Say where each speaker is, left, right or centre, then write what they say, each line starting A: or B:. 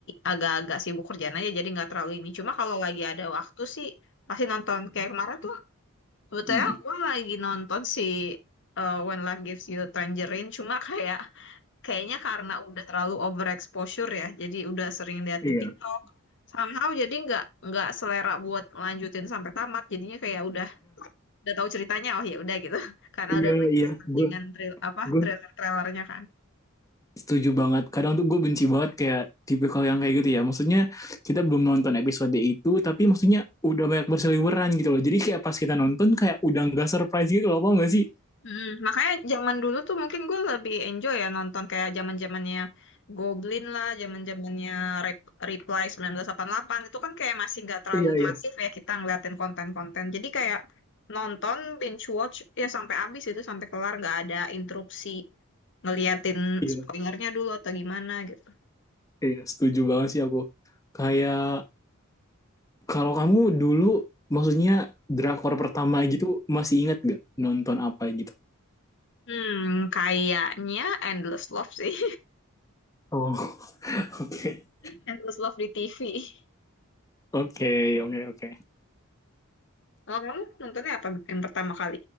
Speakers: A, on the left; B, on the left.
A: agak-agak sibuk kerjaan aja jadi nggak terlalu ini. Cuma kalau lagi ada waktu sih pasti nonton. Kayak kemarin tuh Sebetulnya
B: Mm-mm.
A: aku lagi nonton si uh, When Life Gives You Tangerine, cuma kayak kayaknya karena udah terlalu overexposure ya, jadi udah sering lihat
B: Iya.
A: di TikTok.
B: <laughs>
A: Somehow jadi nggak nggak selera buat lanjutin sampai tamat, jadinya kayak udah udah tahu ceritanya, oh ya udah gitu, <laughs> karena
B: iya
A: udah banyak
B: iya.
A: settingan
B: Gue
A: trail apa
B: gue
A: trailer-trailernya kan.
B: setuju banget. Kadang tuh gue benci banget kayak tipikal yang kayak gitu ya. Maksudnya kita belum nonton episode itu, tapi maksudnya udah banyak berseliweran gitu loh. Jadi kayak pas kita nonton kayak udah nggak surprise gitu loh, apa nggak sih?
A: Mm, makanya zaman dulu tuh mungkin gue lebih enjoy ya nonton kayak zaman zamannya Goblin lah, zaman zamannya Rep- Reply 1988 itu kan kayak masih nggak terlalu
B: Iya,
A: Iya.
B: iya,
A: masif ya kita ngeliatin konten-konten. Jadi kayak nonton binge watch ya sampai habis itu sampai kelar nggak ada interupsi ngeliatin
B: iya,
A: spoilernya dulu atau gimana gitu.
B: iya. Setuju banget sih aku. Kayak kalau kamu dulu maksudnya drakor pertama gitu masih ingat gak nonton apa gitu?
A: Hmm, kayaknya Endless Love sih,
B: Oh, <laughs> Oke,
A: <laughs> Endless Love di TV.
B: oke, oke, oke.
A: Kalau kamu nontonnya apa yang pertama kali